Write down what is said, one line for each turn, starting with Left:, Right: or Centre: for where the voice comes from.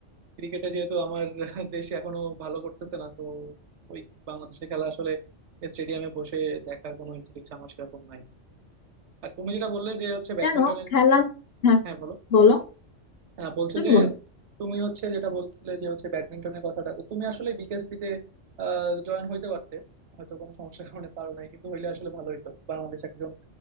Right: ক্রিকেটে যেহেতু আমার <laughs> দেশ এখনো ভালো করতেছে না তো ওই বাংলাদেশের খেলা আসলে স্টেডিয়ামে বসে দেখার কোনো ইচ্ছা টিচ্ছা আমার সেরকম নাই আর তুমি যেটা বললে যে হচ্ছে ব্যাডমিন্টনের
Left: জানো খেলা হ্যাঁ
Right: হ্যাঁ বলো
Left: বলো
Right: হ্যাঁ বলছে
Left: তুমি
Right: যে
Left: বলো
Right: তুমি হচ্ছে যেটা বলছিলে যে হচ্ছে ব্যাডমিন্টনের কথাটা তো তুমি আসলে বিকেএসপিতে আহ জয়েন হইতে পারতে হয়তো কোনো সমস্যার কারণে পারো নাই কিন্তু হইলে আসলে ভালো হইতো বাংলাদেশ একজন